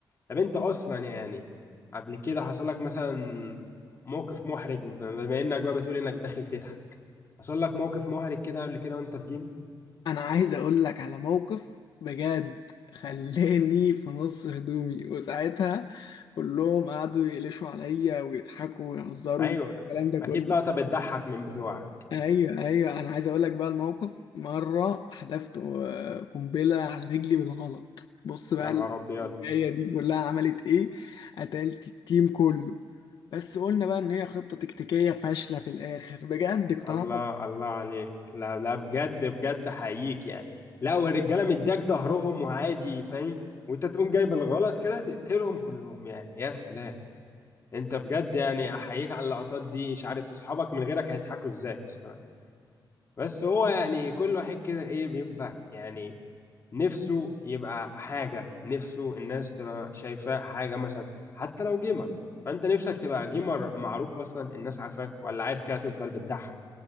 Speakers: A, on the left (about 35°); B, on the left (about 65°).
A: طب انت اصلا يعني قبل كده حصل لك مثلا موقف محرج بما انك بقى بتقول انك داخل تضحك حصل لك موقف محرج كده قبل كده وانت في جيم
B: انا عايز اقول لك على موقف بجد خلاني في نص هدومي وساعتها كلهم قعدوا يقلشوا عليا ويضحكوا ويهزروا
A: ايوه
B: الكلام ده
A: اكيد
B: كله
A: لقطة بتضحك من بتوعك
B: ايوه ايوه انا عايز اقول لك بقى الموقف مره حدفت آه، قنبله على رجلي بالغلط بص بقى
A: يا نهار
B: ال-
A: ابيض
B: اللي جايه دي كلها عملت ايه قتلت التيم كله بس قلنا بقى ان هي خطه تكتيكيه فاشله في الاخر بجد اقتنعت
A: الله الله عليك لا لا بجد بجد حقيقي يعني لا والرجاله مديك ظهرهم وعادي فاهم وانت تقوم جايب الغلط كده تقتلهم كلهم يعني يا سلام انت بجد يعني احييك على اللقطات دي مش عارف اصحابك من غيرك هيضحكوا ازاي الصراحة بس هو يعني كل واحد كده ايه بيبقى يعني نفسه يبقى حاجة نفسه الناس تبقى شايفاه حاجة مثلا حتى لو جيمر فانت نفسك تبقى جيمر معروف اصلا الناس عارفاك ولا عايز كده تفضل بتضحك